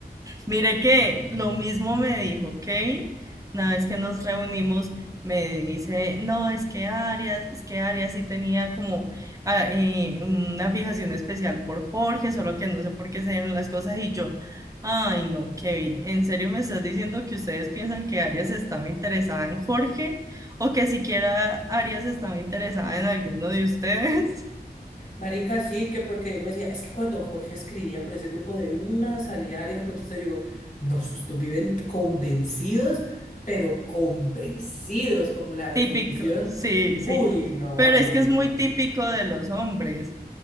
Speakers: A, on the right (about 20°); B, on the left (about 50°).
A: Mire que lo mismo me dijo Kevin, una vez que nos reunimos, me dice, no, es que Arias, es que Arias sí tenía como ah, eh, una fijación especial por Jorge, solo que no sé por qué se dieron las cosas y yo, ay no, Kevin, ¿en serio me estás diciendo que ustedes piensan que Arias estaba interesada en Jorge o que siquiera Arias estaba interesada en alguno de ustedes?
B: Marica, sí, que porque Diego decía, es que cuando Jorge escribía por ese grupo de una salida Arias contesta, yo digo, no, estos viven convencidos, pero convencidos, como la definición.
A: Típico, sí, sí.
B: Uy, no,
A: Pero
B: no,
A: es que
B: no,
A: es muy
B: no, no,
A: típico
B: no.
A: de los hombres.